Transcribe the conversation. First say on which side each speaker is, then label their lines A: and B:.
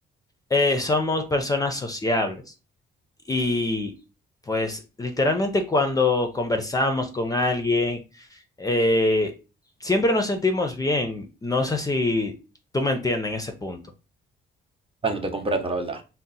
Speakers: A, on the left; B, on the right.
A: eh, somos personas sociables. Y pues literalmente cuando conversamos con alguien, eh, siempre nos sentimos bien. No sé si tú me entiendes en ese punto.
B: Cuando te comprendo, la verdad.